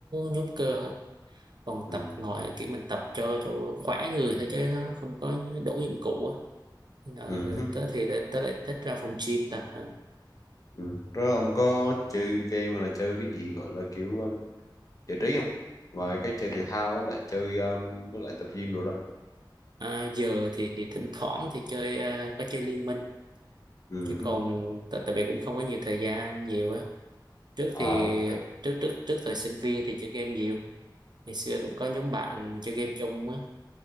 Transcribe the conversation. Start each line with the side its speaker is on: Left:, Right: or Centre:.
Right: nhóm cơ hơn còn
Left: ừ
Right: tập ngồi kiểu mình tập cho cho khỏe người thôi chứ nó không có đủ dụng cụ á Nên
Left: ừ
Right: là
Left: hứ,
Right: tớ thì tớ, tớ lại thích ra phòng gym tập hơn
Left: ừ rồi ông có chơi game mà là chơi cái gì gọi là kiểu um, giải trí không ngoài cái chơi thể thao lại chơi um, với lại tập gym đồ ra
Right: à, giờ thì thì thỉnh thoảng thì chơi ờ, có chơi liên minh
Left: ừ
Right: chứ còn
Left: hứ.
Right: tại tại vì cũng không có nhiều thời gian nhiều á trước
Left: à
Right: thì
Left: ok
Right: trước trước trước thời sinh viên thì chơi game nhiều ngày xưa cũng có nhóm bạn chơi game chung á